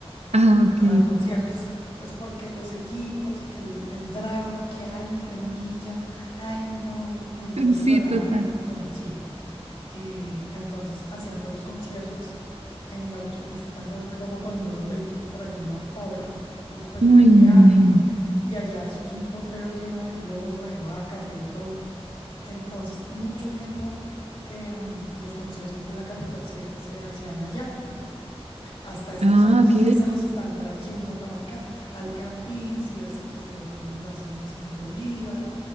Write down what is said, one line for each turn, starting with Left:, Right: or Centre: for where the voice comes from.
Right: ah, ok.
Left: para conciertos. Entonces, porque los equipos y que el, el drama que hay, mi gremilla, ay, no. Entonces
Right: <laughs> Sí,
Left: lloraban
Right: total.
Left: un montón, sí. Y entonces hacían todos los conciertos en la autopista norte, como con 220 por allá en La Porra, después
Right: Uy,
Left: del peaje,
Right: me imagino.
Left: y allá eso es un potrero lleno de lodo, de vacas, de todo. Entonces, mucho tiempo em, los conciertos de la capital se, se hacían allá. Hasta estos
Right: Ah,
Left: años
Right: ok.
Left: es que se los están trayendo para acá, al Campín, si ves que el Estéreo Picnic lo hacen en Simón Bolívar,